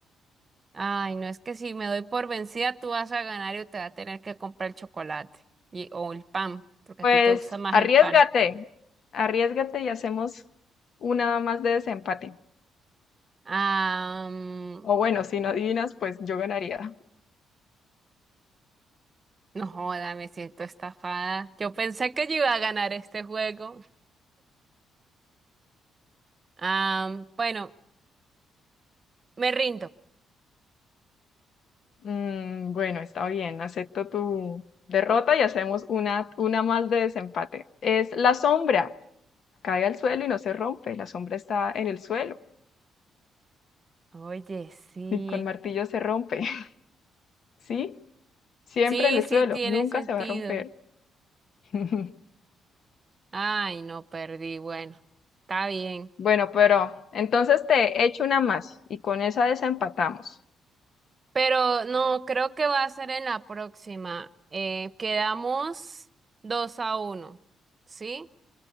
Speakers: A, on the right; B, on the left.
A: Ay, no, es que si me doy por vencida, tú vas a ganar y te va a tener que comprar el chocolate y, o el pan, porque
B: pues
A: a ti te gusta más
B: arriesgate,
A: el pan.
B: arriesgate y hacemos una más de desempate.
A: Ah, mm,
B: O bueno, si no adivinas, pues yo ganaría.
A: no joda, me siento estafada. Yo pensé que yo iba a ganar este juego. Ah, mm, bueno, me rindo.
B: Mm, bueno, está bien, acepto tu derrota y hacemos una, una más de desempate. Es la sombra, cae al suelo y no se rompe, la sombra está en el suelo
A: Oye, sí,
B: y con martillo se rompe, <laughs> ¿sí? Siempre
A: sí,
B: en el
A: sí
B: suelo,
A: tiene
B: nunca
A: sentido.
B: se va a romper. <laughs>
A: Ay, no perdí. Bueno, está bien.
B: Bueno, pero entonces te echo una más y con esa desempatamos.
A: Pero no, creo que va a ser en la próxima. Eh, quedamos 2 a uno, ¿sí?